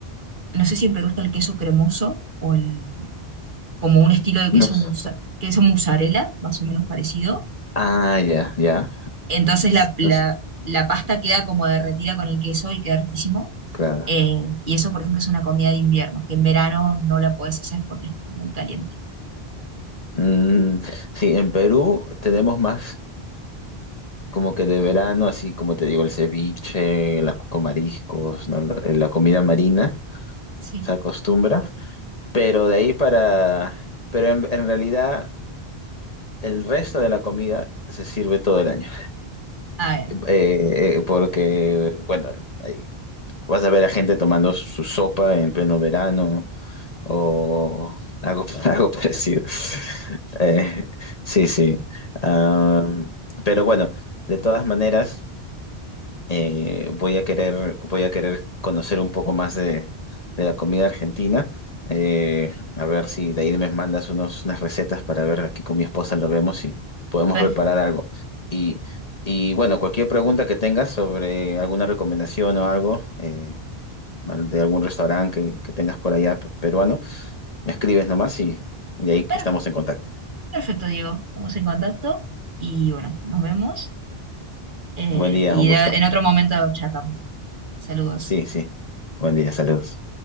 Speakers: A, on the right; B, on the left.
A: no sé si en Perú está el queso cremoso o el, como un estilo de
B: no,
A: queso,
B: s-
A: musa- queso mozzarella, más o menos parecido.
B: ah, ya, ya,
A: Entonces
B: S-
A: la, la-
B: no s-
A: la pasta queda como derretida con el queso y queda riquísimo.
B: claro,
A: Eh, y eso, por ejemplo, es una comida de invierno, que en verano no la puedes hacer porque es muy caliente.
B: Mm, sí, en Perú tenemos más como que de verano, así como te digo, el ceviche, el arroz con mariscos, ¿no? La, la comida marina
A: Sí,
B: se acostumbra. Pero de ahí para... Pero en, en realidad el resto de la comida se sirve todo el año.
A: a ver,
B: Eh, eh, porque, bueno, ahí vas a ver a gente tomando su sopa en pleno verano o algo, <laughs> algo parecido. Eh, sí, sí. Am, pero bueno, de todas maneras... eh, voy a querer, voy a querer conocer un poco más de, de la comida argentina. Eh, a ver si de ahí me mandas unos, unas recetas para ver aquí con mi esposa lo vemos y podemos
A: per-
B: preparar algo. Y, y bueno, cualquier pregunta que tengas sobre alguna recomendación o algo eh, de algún restaurante que, que tengas por allá pe- peruano, me escribes nomás y de ahí
A: per-
B: estamos en contacto.
A: perfecto, Diego. Estamos en contacto y bueno, nos vemos eh,
B: Buen día,
A: y
B: un gusto.
A: de- en otro momento charlamos. Saludos.
B: Sí, sí. Buen día, saludos.